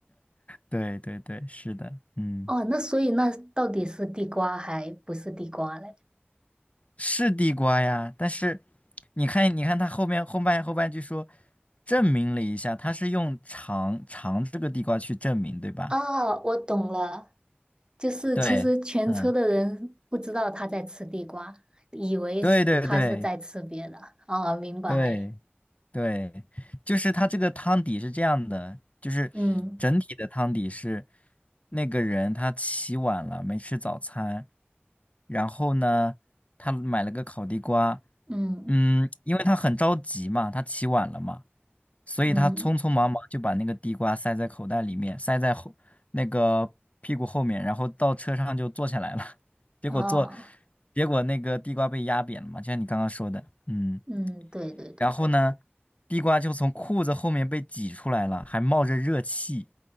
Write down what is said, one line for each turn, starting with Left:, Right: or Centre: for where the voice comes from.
Left: 对对对，是的，嗯。
Right: 哦，那所以那到底是地瓜还不是地瓜嘞？
Left: 是地瓜呀，但是你看，你看他后面后半后半句说，证明了一下，他是用尝尝这个地瓜去证明，对吧？
Right: 啊，我懂了，就是其实全车的人不知道他在吃地瓜，
Left: 对，嗯，
Right: 以为是他是在吃别的。
Left: 对对对
Right: 哦，明白，
Left: 对对，就是他这个汤底是这样的，就是整体的汤底是
Right: 嗯
Left: 那个人他起晚了，没吃早餐，然后呢，他买了个烤地瓜，
Right: 嗯
Left: 嗯，因为他很着急嘛，他起晚了嘛。所以他匆匆忙忙就把那个地瓜塞在口袋里面，
Right: 嗯，
Left: 塞在后那个屁股后面，然后到车上就坐下来了。<laughs> 结果坐，
Right: 哦，
Left: 结果那个地瓜被压扁了嘛，就像你刚刚说的，嗯。
Right: 嗯，对对对，
Left: 然后呢，地瓜就从裤子后面被挤出来了，还冒着热气，